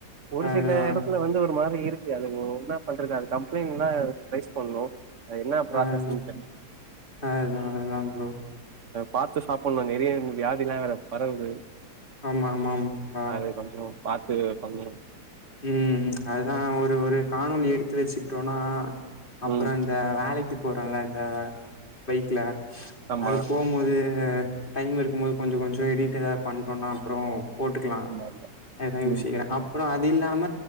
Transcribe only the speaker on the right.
ஒரு
சில எடத்துல வந்து மாரி இருக்கு அது என்ன பண்றது அது கம்ப்ளைண்ட் தா ரெய்ஸ் பண்ணு அது என்ன ப்ரோசஸ்னு
தெர் உம்
பாத்து சாப்பட்ணும் நெறைய <unintelligible> <unintelligible> வேற பரவுது
அது கொஞ்சோ பாத்து பண்ணு
ம்
ஆமா
ஆமா ஆமா
ம்